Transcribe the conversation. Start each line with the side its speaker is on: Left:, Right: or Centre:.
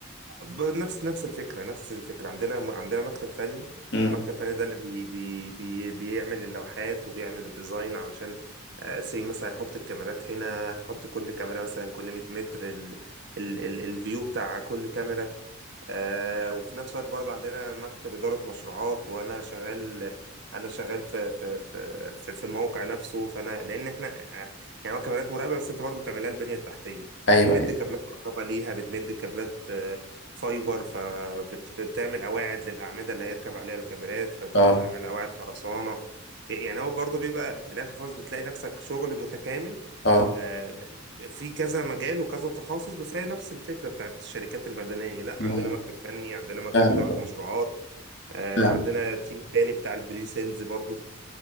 Right: ب- نفس نفس الفكرة نفس الفكرة عندنا عندنا مكتب فني
Left: امم
Right: مكتب فني ده اللي بي بي بي بيعمل اللوحات وبيعمل الديزاين علشان آه، سي مثلا يحط الكاميرات هنا يحط كل كاميرا مثلا كل 100 متر ال ال ال الفيو بتاع كل كاميرا آه وفي نفس الوقت برضه عندنا مكتب إدارة مشروعات وأنا شغال أنا شغال في في في في, في الموقع نفسه فأنا لأن إحنا آه، يعني هو كاميرات مراقبة بس أنت برضه بتعملها البنية التحتية
Left: ايوه
Right: بتمد
Left: ايوه
Right: كابلات كهرباء ليها بتمد كابلات آه، فايبر فبتعمل قواعد للأعمدة اللي هيركب عليها الكاميرات فبتعمل
Left: اه
Right: قواعد خرسانة يعني هو برضه بيبقى في الآخر خلاص بتلاقي نفسك شغل متكامل
Left: اه
Right: آه، م- في كذا مجال وكذا تخصص بس هي نفس الفكرة بتاعت الشركات المدنية لا
Left: مم.
Right: عندنا مكتب فني عندنا مكتب
Left: فاهم
Right: إدارة مشروعات آه،
Left: فاهم
Right: عندنا تيم تاني بتاع البري سيلز برضو